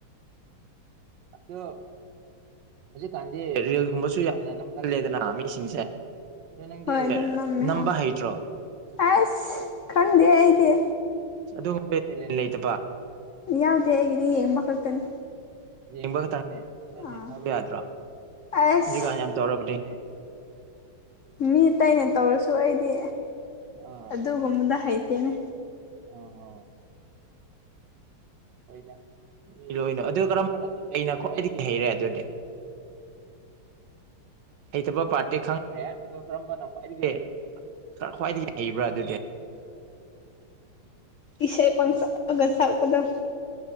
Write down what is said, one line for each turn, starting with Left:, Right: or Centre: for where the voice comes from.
Right: ꯑꯗꯣ ꯍꯧꯖꯤꯛꯀꯥꯟꯗꯤ ꯔꯦꯜꯒꯨꯝꯕꯁꯨ ꯌꯥꯝꯅ ꯅꯝꯒꯜꯂꯦꯗꯅ ꯃꯤꯁꯤꯡꯁꯦ ꯑꯗꯣ ꯅꯪꯗꯤ
Left: ꯍꯣꯏ ꯑꯗꯨꯝ ꯅꯝꯃꯦ
Right: ꯅꯝꯕ
Left: ꯍꯣꯏ
Right: ꯍꯩꯇ꯭ꯔꯣ
Left: ꯑꯁ ꯈꯪꯗꯦ ꯑꯩꯗꯤ
Right: ꯑꯗꯨꯒꯨꯝꯕꯩ <unintelligible> ꯂꯩꯇꯕ
Left: ꯌꯥꯎꯗꯦ ꯑꯩꯒꯤꯗꯤ ꯌꯦꯡꯕ ꯈꯛꯇꯅꯦ
Right: ꯌꯦꯡꯕ ꯈꯛꯇꯪꯅꯦ
Left: ꯑꯥ
Right: ꯈꯔꯥ <unintelligible> ꯌꯥꯗ꯭ꯔꯣ
Left: ꯑꯁ
Right: ꯍꯧꯖꯤꯛꯀꯥꯟ ꯌꯥꯝ ꯇꯧꯔꯕꯅꯦꯍꯦ
Left: ꯃꯤ ꯑꯇꯩꯅ ꯇꯧꯔꯁꯨ ꯑꯩꯗꯤ
Right: ꯑꯥ
Left: ꯑꯗꯨꯒꯨꯝꯕꯗꯣ ꯍꯩꯇꯦꯅꯦ
Right: ꯑꯥ ꯍꯣ ꯍꯣꯏ ꯃꯤꯂꯣꯏꯅ ꯑꯗꯨ ꯀꯔꯝꯕꯅꯣ ꯀꯩꯅ ꯈ꯭ꯋꯥꯏꯗꯒꯤ ꯍꯩꯔꯦ ꯑꯗꯨꯗꯤ ꯍꯩꯇꯕ ꯄꯥꯔꯇꯤ ꯈꯪꯈ꯭ꯔꯦ ꯑꯗꯣ ꯀꯔꯝꯕꯅ ꯈ꯭ꯋꯥꯏꯗꯒꯤ ꯈ꯭ꯋꯥꯏꯗꯒꯤ ꯍꯩꯕ꯭ꯔꯥ ꯑꯗꯨꯗꯤ
Left: ꯏꯁꯩ ꯄꯪꯁꯛꯇꯒ ꯁꯥꯥꯛꯄꯗꯣ